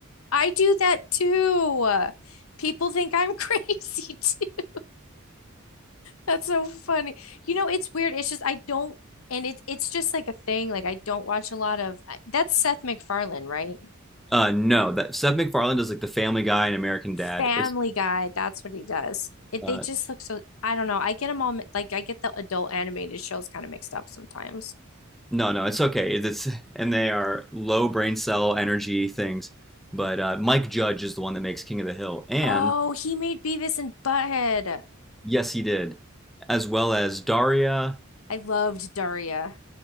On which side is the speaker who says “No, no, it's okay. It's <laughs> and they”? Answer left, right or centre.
Centre